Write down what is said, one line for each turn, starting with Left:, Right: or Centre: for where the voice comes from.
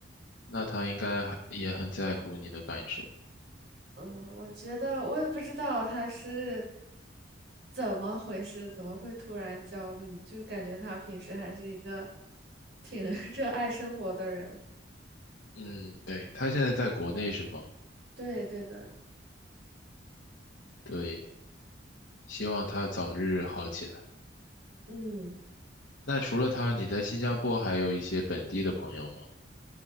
Left: 那他应该还也很在乎你的感受。
Right: 嗯，我觉得我也不知道他是怎么回事，怎么会突然焦虑，就感觉他平时还是一个挺 <laughs> 热爱生活的人。
Left: 嗯，对，他现在在国内是吗？
Right: 对，对的，
Left: 对，希望他早日好起来。
Right: 嗯。
Left: 那除了他，你在新加坡还有一些本地的朋友吗？